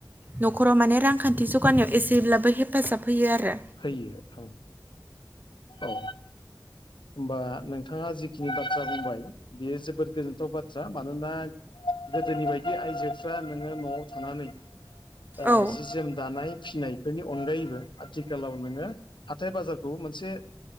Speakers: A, on the right (about 25°); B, on the left (about 80°).
A: न'खराव माने रांखान्थि जौगानायाव एसेब्लाबो हेफाजाब होयो आरो
B: होयो औ औ। होमबा नोंथाङा जिखिनि बाथ्रा बुंबाय बेयो जोबोद गोजोनथाव बाथ्रा। मानोना गोदोनि बायदि आइजोफ्रा नोङो न'आव थानानै ओ
A: औ
B: जि जोम दानाय फिसिनायफोरनि अनगायैबो आथिखालाव नोङो हाथाय बाजारखौ मोनसे